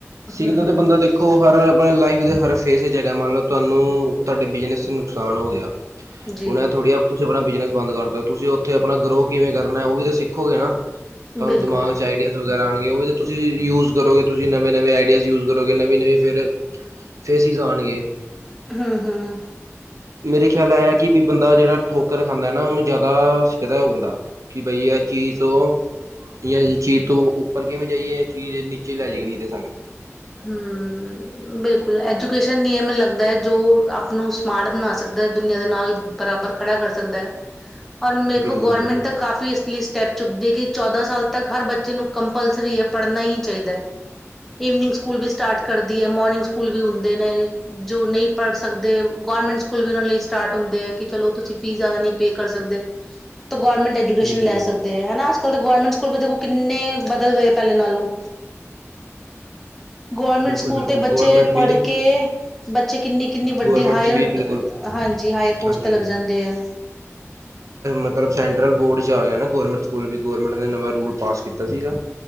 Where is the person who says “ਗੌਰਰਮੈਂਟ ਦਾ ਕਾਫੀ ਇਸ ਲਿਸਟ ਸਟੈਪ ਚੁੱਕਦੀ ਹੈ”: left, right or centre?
Centre